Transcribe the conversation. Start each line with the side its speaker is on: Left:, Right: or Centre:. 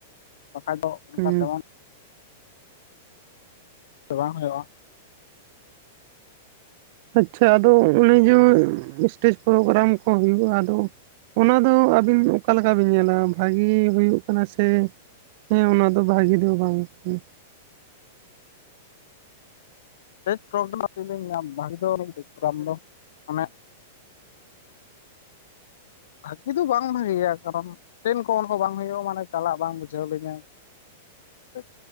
Left: ᱵᱟᱹᱠᱷᱟᱱ ᱫᱚ᱾ ᱚᱱᱠᱟ
Right: ᱦᱩᱸ
Left: ᱛᱮᱢᱚᱱ ᱵᱟᱝ ᱦᱩᱭᱩᱜᱼᱟ
Right: ᱟᱪᱷᱟ ᱟᱫᱚ ᱚᱱᱮ ᱡᱮ ᱥᱴᱮᱡᱽ ᱯᱨᱳᱜᱨᱟᱢ ᱠᱚ ᱦᱩᱭᱩᱜᱼᱟ ᱟᱫᱚ ᱚᱱᱟ ᱫᱚ᱾ ᱟᱹᱵᱤᱱ ᱚᱠᱟ ᱞᱮᱠᱟ ᱵᱤᱱ ᱧᱮᱞᱟ ᱵᱷᱟᱜᱮ ᱦᱩᱭᱩᱜ ᱠᱟᱱᱟ ᱥᱮ ᱦᱮᱸ ᱚᱱᱟ ᱫᱚ ᱵᱷᱟᱹᱜᱤ ᱫᱚ ᱵᱟᱝ ᱠᱟᱱᱟ
Left: <unintelligible> ᱟᱞᱤᱧ ᱞᱤᱧ ᱧᱟᱢ ᱵᱷᱟᱜᱤ ᱫᱚ ᱟᱢ ᱫᱚ ᱢᱟᱱᱮ ᱵᱷᱟᱹᱜᱤ ᱫᱚ ᱵᱟᱝ ᱵᱷᱟᱹᱜᱮᱼᱭᱟ ᱠᱟᱨᱚᱱ ᱴᱨᱮᱱ ᱠᱚ ᱚᱞ ᱵᱟᱝ ᱦᱩᱭᱩᱜᱼᱟ ᱢᱟᱱᱮ ᱪᱟᱞᱟᱜ ᱵᱟᱝ ᱵᱩᱡᱷᱟᱹᱣ ᱞᱤᱧᱟ ᱴ